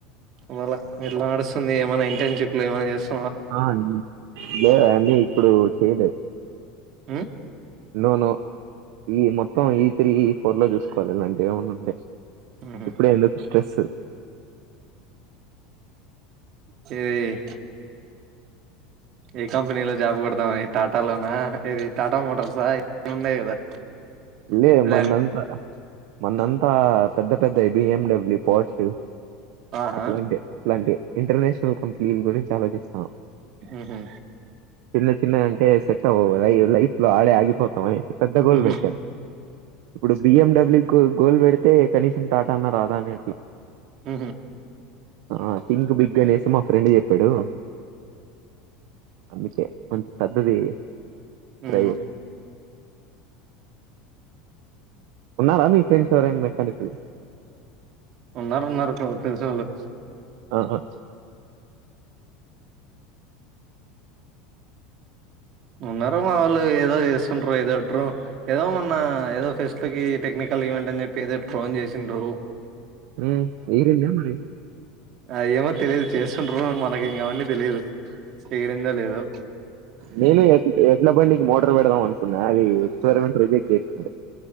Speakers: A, on the right; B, on the right.
A: వల ఎట్లా నడుస్తుంది ఏమన్నా ఇంటర్న్షిప్ లో ఏమన్నా చేస్తు
B: ఆ లే అని ఇప్పుడు చేయలేదు
A: ఉ
B: నో నో ఈ మొత్తం ఈ త్రీ ఈ ఫోర్ లో చూసుకోవాలి ఇలాంటివి ఏమన్నా ఉంటే
A: ఉహు.
B: ఇప్పుడే ఎందుకు స్ట్రెస్సు
A: చేయ్ ది ఏక్ కంపెనీలో జాబ్ కొడదామని టాటాలోనా ఏది టాటా మోటార్సా ఏది ఉన్నాయి కదా
B: ఇ
A: లేక
B: మన్నంతా మన్నంత ఆ పెద్ద పెద్ద బిఎండబ్ల్యూ పోస్
A: ఆహా
B: అట్లాంటి అట్లాంటి ఇంటర్నేషనల్ కంపెనీల గురించి ఆలోచిస్తాం
A: ఉహు
B: చిన్న చిన్న అంటే సెట్ అవ్వవు ఇది లైఫ్ ఆడే ఆగిపోతామ పెద్ద గోల్
A: ఉహు
B: బె ఇప్పుడు బిఎడబ్ల్యూ గోల్ పెడితే కనీసం టాటా అన్న రాదా అని అట్లా
A: హ
B: ఆ సిక్ బిగ్ అనేసి మా ఫ్రెండ్ చెప్పాడు అందుకే కొంచం సద్దది
A: ఉమ్
B: రై ఉన్నారా మీ ఫ్రెండ్స్ ఎవరైనా మెకనికల్
A: ఉన్నారు ఉన్నారు కొ తెలిస వాళ్ళు
B: ఆ
A: ఉన్నారు మా వాళ్ళు ఏదో చేస్తుంట్ర ఏదో డ్రో ఏదో మొన్న ఏదో ఫెస్ట్ లో క టెక్నికల్ ఈవెంట్ అని చెప్పి ఏదో డ్రోన్ చేసిండ్రు
B: ఆ వరిందయా మరి
A: అ ఏమో తెలియదు చేస్తుంట్ర మనకి ఇం కావన్నీ తెలిదు చేయడిందా లేదో
B: న న ఎట్లా ప న మట పెడదా అనుకున్నా అది ఎక్స్పరిమెంట్ రిజెక్ట్ చేండి